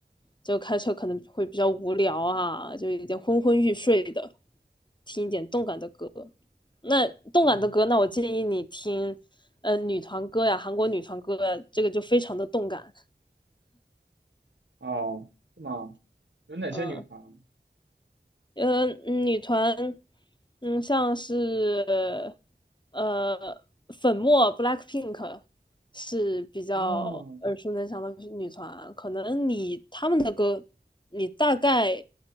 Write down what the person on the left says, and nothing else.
就开车可能会比较无聊啊，就有点昏昏欲睡的，听一点动感的歌。那动感的歌，
那我建议你听，嗯，女团歌呀，韩国女团歌呀这个就非常的动感，
嗯、呃，女团，嗯，像是呃粉末 BLACKPINK 是比较耳熟能详的女团啊，
可能你他们的歌，你大概